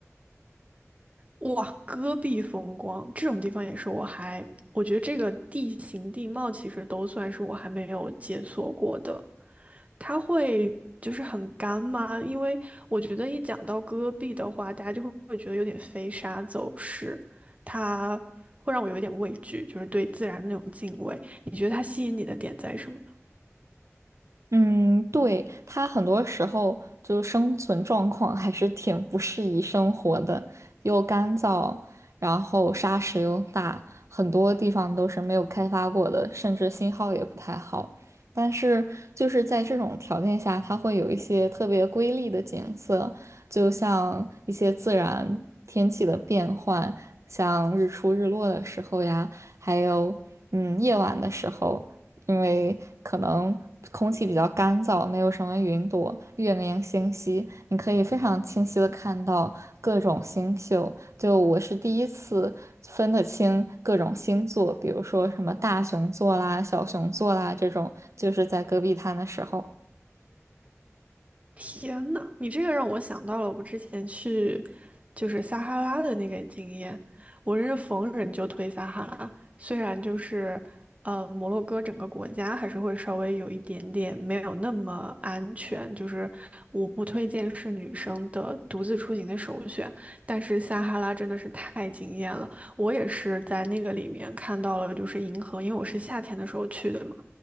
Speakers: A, on the right; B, on the right.
A: 哇，戈壁风光这种地方也是我还，我觉得这个地形地貌其实都算是我还没有解锁过的。它会就是很干吗？因为我觉得一讲到戈壁的话，大家就会会觉得有点飞沙走石，它会让我有一点畏惧，就是对自然的那种敬畏。你觉得它吸引你的点在什么？
B: 嗯，对，它很多时候就生存状况还是挺不适宜生活的，又干燥，然后沙石又大，很多地方都是没有开发过的，甚至信号也不太好。但是就是在这种条件下，它会有一些特别瑰丽的景色，就像一些自然天气的变换，像日出日落的时候呀，还有嗯夜晚的时候。因为可能空气比较干燥，没有什么云朵，月明星稀，你可以非常清晰的看到各种星宿。就我是第一次分得清各种星座，比如说什么大熊座啦、小熊座啦这种，就是在戈壁滩的时候。
A: 天呐，你这个让我想到了我之前去就是撒哈拉的那个经验，我真是逢人就推撒哈拉，虽然就是呃摩洛哥整个国家还是会稍微有一点点没有那么安全，就是我不推荐是女生的独自出行的首选，但是撒哈拉真的是太惊艳了，我也是在那个里面看到了就是银河，因为我是夏天的时候去的嘛。